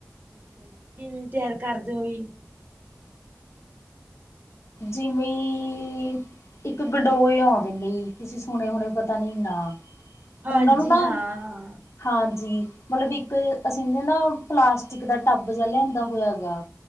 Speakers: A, on the right; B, on the left.
A: ਅੱਛਾ ਜੀ, ਕਿਵੇਂ ਤਿਆਰ ਕਰਦੇ ਓ ਯੀ?
B: ਜਿਵੇਂ ਈ ਇੱਕ ਗਡੋਏ ਆਉਂਦੇ ਨੇ ਜ਼ੀ, ਤੁਸੀਂ ਸੁਣੇ ਹੁਣੇ ਪਤਾ ਨੀ ਨਾ।
A: ਹਾਂਜੀ
B: ਉਨ੍ਹਾਂ ਨੂੰ ਨਾ,
A: ਹਾਂ
B: ਹਾਂਜੀ ਮਲਬ ਇੱਕ ਅਸੀਂ ਨੇ ਨਾ ਪਲਾਸਟਿਕ ਦਾ ਟੱਬ ਜਿਆ ਲਿਆਂਦਾ ਹੋਇਆ ਐਗਾ।